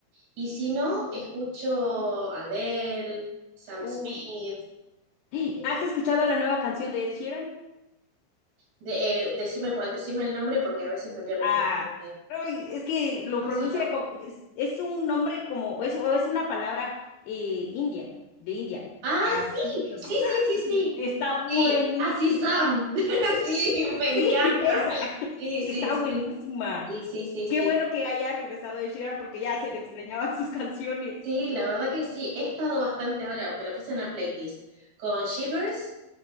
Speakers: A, on the right (about 70°); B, on the left (about 75°).
A: Y si no, escucho Adele, Sam
B: uy.
A: Smith.
B: <gasps>
A: eh,
B: ¿Has escuchado la nueva canción de Ed Sheeran?
A: de- eh, decime cuál, decime el nombre porque a veces me pierdo
B: Ah,
A: un poco.
B: ay, es que lo
A: ¿Cómo
B: pronuncia
A: se llama?
B: como, es, es un nombre como, es, o es una palabra eh, india, de India.
A: Ah,
B: Así,
A: sí,
B: se-
A: sí,
B: así
A: sí, sí,
B: se-
A: sí.
B: está buenísima.
A: Sí, así Sam. <laughs> Sí, me
B: Sí,
A: encanta.
B: esa, <laughs>
A: Sí,
B: está
A: sí, sí.
B: buenísima.
A: Sí, sí, sí, sí.
B: Qué bueno que haya regresado Ed Sheeran porque ya se le extrañaban <laughs> sus canciones.
A: Sí, la verdad que sí. He estado bastante ahora, me lo puse en la playlist, con Shivers,